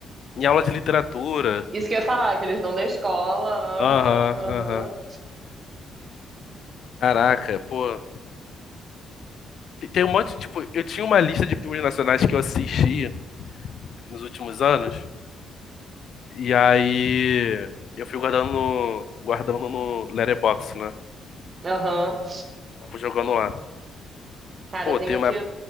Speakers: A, on the left; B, on the right.
A: em aula de literatura.
B: Isso que eu ia falar, que eles dão na escola, aham,
A: Aham,
B: aham,
A: aham. Caraca, pô. Tem, tem um monte, tipo, eu tinha uma lista de filmes nacionais que eu assisti nos últimos anos, e aí eu fui guardando no, guardando no Letterboxd, né?
B: aham.
A: Eu Fui jogando lá.
B: Cara,
A: Pô,
B: eu tenho
A: teve uma,
B: que